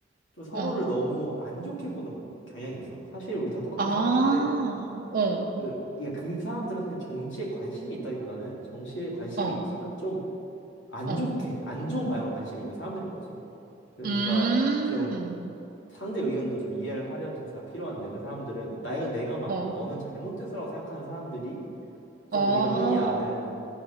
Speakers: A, on the left (about 85°); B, on the right (about 55°).
A: 좀 서로를
B: 어.
A: 너무 안 좋게 보는 경향이 있어. 사실 우리 다 똑같은
B: 아,
A: 사람인데,
B: 어,
A: 그, 이게 그 사람들은 사실 정치에 관심이 있다기보다는 정치에 관심이
B: 어,
A: 있지만 좀 안
B: 어.
A: 좋게, 안 좋은 방향으로 관심이 있는 사람들인 거지. 그러니까
B: 음,
A: 좀 상대 의견도 좀 이해를 하려는 자세가 필요한데, 그 사람들은 나이가 내가 맞고
B: 어,
A: 너는 잘못됐어라고 생각하는 사람들이 좀
B: 어.
A: 우리가 흔히 아는